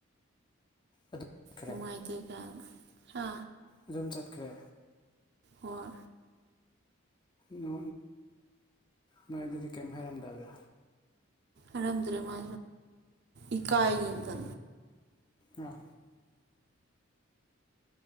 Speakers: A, on the left; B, on the right.
A: ꯑꯗꯨꯝ ꯆꯠꯈ꯭ꯔꯦ
B: ꯅꯨꯡꯉꯥꯏꯇꯒ ꯑ
A: ꯑꯗꯨꯝ ꯆꯠꯈ꯭ꯔꯦ
B: ꯑꯣ
A: ꯅ ꯅꯣꯏ ꯑꯗꯨꯗꯤ ꯀꯩꯝ ꯍꯥꯏꯔꯝꯗꯥꯕ
B: ꯑꯔꯗꯨꯔ ꯃꯥ ꯏ ꯀꯥꯏꯅ ꯌꯦꯟ ꯇ
A: ꯑ